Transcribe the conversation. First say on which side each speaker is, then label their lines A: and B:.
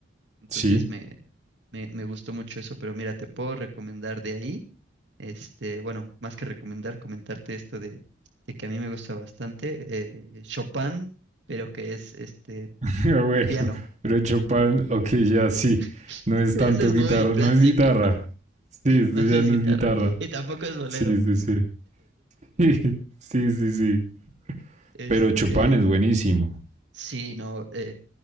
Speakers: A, on the right; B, on the right.
A: Entonces
B: Sí.
A: me, me, me gustó mucho eso, pero mira, te puedo recomendar de ahí. Este, bueno, más que recomendar, comentarte esto de, de que a mí me gusta bastante. eh, Chopin, pero que es este
B: Pero bueno,
A: de piano.
B: pero Chopin, ok, ya sí.
A: <laughs>
B: No es
A: Esa
B: tanto
A: es
B: guitarra,
A: muy clásica,
B: no es guitarra.
A: ¿no?
B: Sí,
A: <laughs>
B: esto
A: No,
B: ya
A: no es
B: no
A: guitarra.
B: es guitarra.
A: Y tampoco es bolero.
B: Sí, sí, sí. <laughs> Sí, sí, sí.
A: Este,
B: Pero Chopin es buenísimo.
A: sí, no. eh,